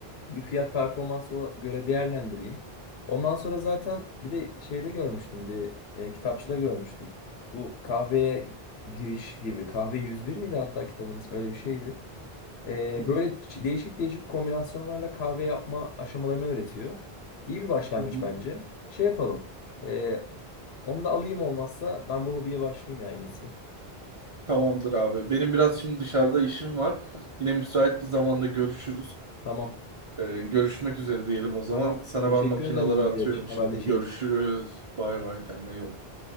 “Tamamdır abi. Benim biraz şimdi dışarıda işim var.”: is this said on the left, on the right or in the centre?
Right